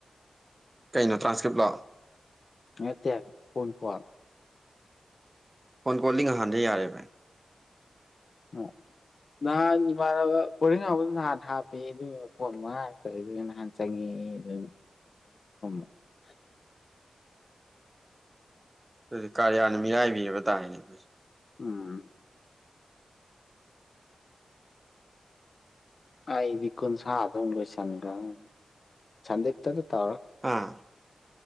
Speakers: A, on the right; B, on the left.
A: ꯀꯩꯅꯣ ꯇ꯭ꯔꯥꯟꯁꯀ꯭ꯔꯤꯞꯂꯣ
B: ꯅꯠꯇꯦ ꯐꯣꯟ ꯀꯣꯂ
A: ꯐꯣꯟ ꯀꯣꯜꯗꯤ ꯉꯍꯥꯟꯗ ꯌꯥꯔꯦꯕ
B: ꯑ ꯅꯍꯥꯟ ꯏꯃꯥꯟꯅꯕ ꯄꯣꯔꯦꯟ ꯍꯥꯎꯕꯗ ꯅꯍꯥꯟ ꯍꯥꯞꯄ ꯑꯗꯨꯒꯤ ꯐꯣꯟ ꯃꯉꯥ ꯉꯛꯇ ꯑꯩ ꯑꯗꯨ ꯅꯍꯥꯟ ꯆꯪꯉ <unintelligible>
A: <inaudible> ꯑꯗꯨꯗꯤ ꯀꯥꯔꯤꯌꯥꯅ ꯃꯤꯔꯥꯏꯕꯤꯔꯕ ꯇꯥꯔꯅꯦ ꯑꯩꯈꯣꯏꯁꯦ
B: ꯎꯝ ꯑ ꯏꯀꯣꯟꯟ ꯁꯗꯒꯣꯏ ꯆꯟꯒ ꯆꯗꯦꯛ ꯇ <unintelligible> ꯇꯥꯔꯣ
A: ꯑꯥ